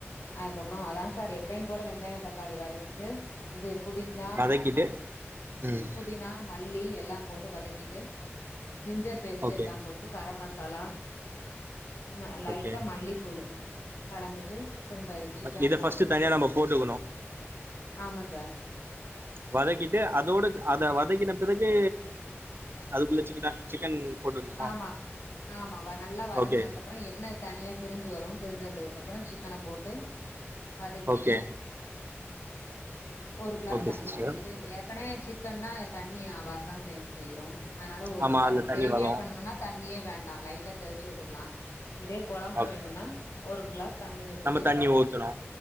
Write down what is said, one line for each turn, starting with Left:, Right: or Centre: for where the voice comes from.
Left: அதுக்கப்பறம் அதான் சார் எப்பையும் போல வெங்காயம் தக்காளி வதக்கிட்டு இது புதி னா
Right: வதக்கிட்டு ம்
Left: புதினா மல்லி எல்லாம் போட்டு வதக்கிட்டு ஜிஞ்சர் பேஸ்ட்
Right: ஓகே
Left: எல்லாம் போட்டு மட்ட மசாலா ந லைட்டா
Right: ஓகே
Left: மல்லித்தூள் கலந்துட்டு திரும்ப சிக்கன
Right: இத
Left: போட்டு
Right: ஃபர்ஸ்ட்டு தனியா நம்ம போட்டுக்கணும்
Left: ஆமா சார்
Right: வதக்கிட்டு அதோட அத வதக்கின பிறகு அதுக்குள்ள சிக்கன சிக்கன் போட்டுக்கணுமா
Left: ஆமா ஆமா வ நல்லா வதங்குனதுக்கு
Right: ஓகே
Left: அப்புறம் என்ன தனியா பிரிஞ்சு வரும் பிரிஞ்சு வந்ததுக்கு அப்புறம் சிக் இக்கன போட்டு வதக்கிட்டு
Right: ஓகே
Left: ஒரு கிளாஸ்
Right: ஓகே
Left: தண்ணி
Right: சிஸ்டர்
Left: ஊத்திட்டு ஏற்கனே சிக் கன்னா தண்ணி அவறுதான் செய் செய்யும் அதனால ஒரு
Right: ஆமா
Left: கிளாஸ்
Right: அதுல
Left: கிரேவியாப்
Right: தண்ணி வரு
Left: தண்ணியே வேண்டா லைட்டா தெளிச்சு விட்டுக்கலா இதே குழம்பா
Right: ஓகே
Left: வேணுன்னா ஒரு கிளாஸ் தண்ணி ஊத்திட்டு
Right: நம்ம தண்ணி ஊத்தணு